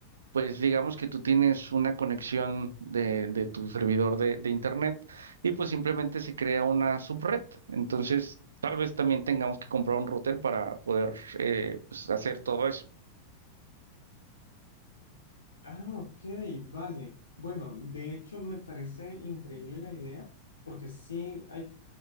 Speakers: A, on the right (about 70°); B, on the left (about 75°).
A: pues digamos que tú tienes una conexión de, de tu servidor de, de internet y pues simplemente se crea una subred. Entonces, tal vez también tengamos que comprar un router para poder eh, pues, hacer todo eso.
B: Ah, ok, vale. Bueno, de hecho me parece increíble la idea porque sí hay